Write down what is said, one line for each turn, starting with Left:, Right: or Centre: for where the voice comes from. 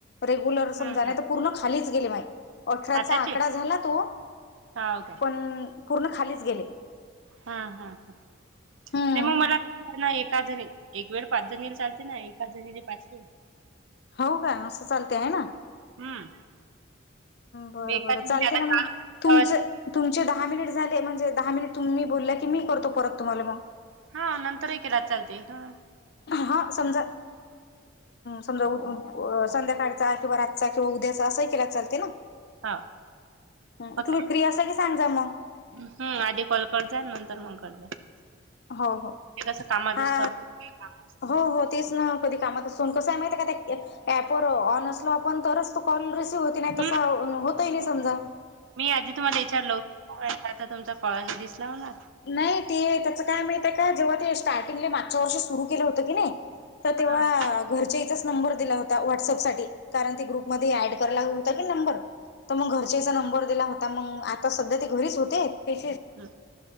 Left: रेगुलर
Right: हा
Left: समजा
Right: हा
Left: नाईत पूर्ण खाली गेली माय. अठराचा
Right: आताचे
Left: आकडा झाला तो.
Right: हाव काय.
Left: पण पूर्ण खालीच गेले.
Right: हा हा ह नाही
Left: हम्म
Right: मग मला पाच जणी एक वेळ. पाच जणीले चालते ना? पाच जणीले पाच वेळ.
Left: हाव का? असं चालते आहे ना?
Right: हम्म.
Left: बर
Right: मी एकाच
Left: बरं
Right: म्हणजे
Left: चालते
Right: आता
Left: ना
Right: काल
Left: मग. तुमच तुमचे दहा मिनिट झाले म्हणजे दहा मिनिट तुम्ही बोलला की मी करतो परत तुम्हाला मग
Right: हा नंतरही केला चालते हा.
Left: हा समजा समजा अ संध्याकाळचा किंवा रातचा किंवा उद्याचा असंही केला चालते ना?
Right: हा
Left: हम्म
Right: फक्त
Left: तुम्ही फ्री असं कि सांग जा मग
Right: हम्म आधी कॉल कर जा <inaudible>
Left: हो हो
Right: ते कसं कामात
Left: हा
Right: असत काम असत
Left: हो हो तेच ना कधी कामात असून कस हाय माहिती हाय का ते ॲप ऑन असलो आपण तरच तू कॉल रिसिव्ह होती नाही
Right: हम्म
Left: तसा होतही नाही समजा.
Right: मी आधी तुम्हाला विचारलं आता तुमचा कॉल आलेला दिसला. मला
Left: नाही ते त्याच काय माहीत का जेव्हा ते स्टार्टिंगला मा त्या वर्ष सुरु केलं होत की नई तर
Right: हा
Left: तेव्हा
Right: हम्म
Left: घरच्या इचाच नंबर दिला होता व्हॉट्सअप साठी. कारण ते ग्रुपमध्ये ऍड कराय लागल- नंबर तर मग घरच्याचा नंबर दिला होता मग आता सध्या ते घरीच होते त्याचे
Right: हम्म